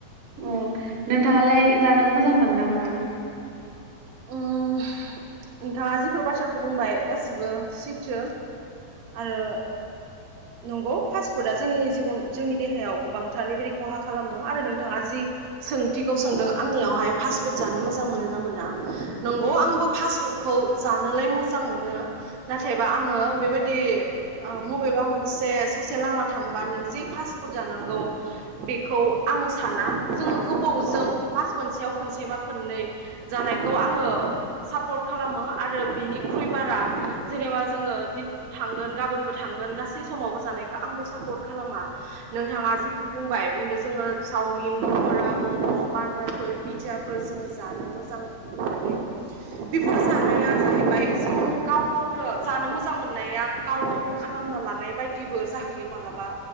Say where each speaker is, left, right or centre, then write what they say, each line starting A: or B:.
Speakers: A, on the right (about 55°); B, on the right (about 90°).
A: उम नोंथांङालाय जानो मोजां मोनो ना मोना?
B: उम नोंथाङा जिफोर बाथ्राखौ बुंबाय गासिबो सैथो। आरो नंगौ फास्ट फुदा जोंनि जिबन जोंनि देहायाव गोबांथार बेबायदि खहा खालामो आरो नोंथाङा जि सोंथिखौ सोंदों आंनियावहाय फास्ट फुड जानो मोजां मोनो ना मोना? नंगौ आंबो फास्ट फुडखौ जानोलाय मोजां मोनो नाथायबा आङो बेबाय दि मबेबा मोनसे ससे लामा थांबानो जे पासफुद जानांगौ बेखौ आङो साना। जोङो गोबावजों मास मोनसेयाव खोनसेबा खोननै जानायखौ आं ङो सापर्ट खालामो आरो बिनिख्रुइ बारा जेनेबा जोङो दिनैबो थांगोन गाबोनबो थांगोन गासै समावबो जानाय आंबो सापर्ट खालामा नोंथाङा जिफोर बुंबाय जोङो चावमिन पकरा मम' बारगारफोर पिज्जाफोर जोङो जानो मोजां मोननानै बिफोर जानाया जाहैबाय जों गाव गावनो जानो मोजां मोननाया गाव गावनो खालामना लानाय बायदिबो जाहैयो मालाबा।